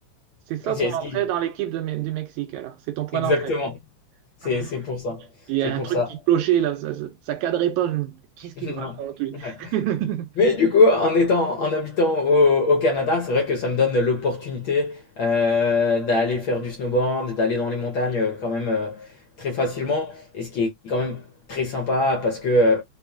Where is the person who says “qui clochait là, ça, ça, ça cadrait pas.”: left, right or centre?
Right